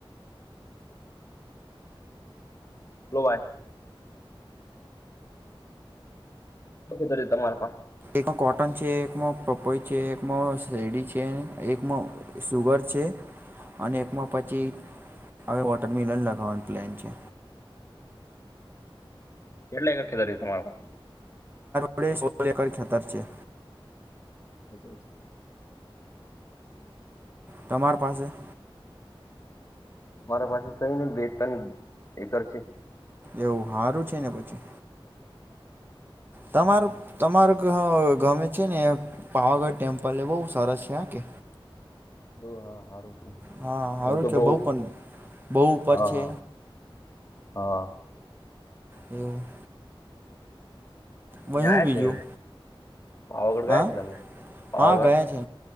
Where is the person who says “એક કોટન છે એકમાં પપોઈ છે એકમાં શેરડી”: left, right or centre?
Right